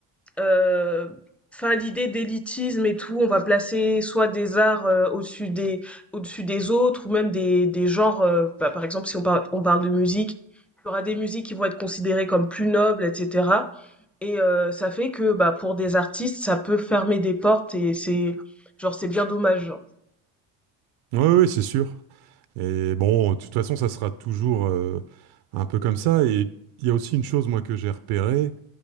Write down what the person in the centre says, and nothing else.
euh, enfin, l'idée d'élitisme et tout, on va placer soit des arts euh, au-dessus des, au-dessus des autres, ou même des, des genres. euh, bah, par exemple, si on parle, on parle de musique, il y aura des musiques qui vont être considérées comme plus nobles, etc. Et euh, ça fait que, bah, pour des artistes, ça peut fermer des portes et c'est, genre, c'est bien dommage.